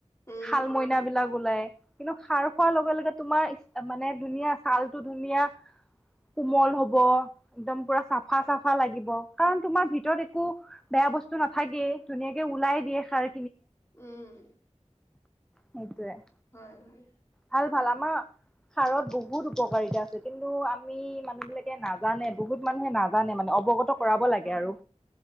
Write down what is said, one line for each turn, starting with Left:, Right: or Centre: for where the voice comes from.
Left: উম
Centre: শাল মইনাবিলাক ওলাই কিন্তু খাৰ খোৱাৰ লগে-লগে তোমাৰ মানে ধুনীয়া ছালটো ধুনীয়া কোমল হব একদম পুৰা চাফা চাফা লাগিব, কাৰণ তোমাৰ ভিতৰত একো বেয়া বস্তু নাথাকে ধুনীয়াকে ওলাই দিয়ে খাৰে।
Left: উম!
Centre: সেইটোৱেই।
Left: হয়-হয়।
Centre: ভাল ভাল আমাৰ। খাৰত বহুত উপকাৰিতা আছে, কিন্তু আমি মানুহ বিলাকে নাজানে বহুত মানুহে নাজানে মানে। অৱগত
Left: নাজানো
Centre: কৰাব লাগে আৰু